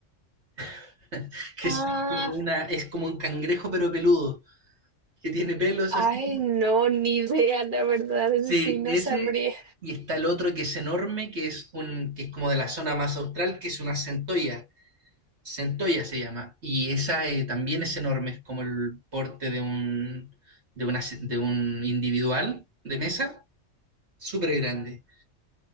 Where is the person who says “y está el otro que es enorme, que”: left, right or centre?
Right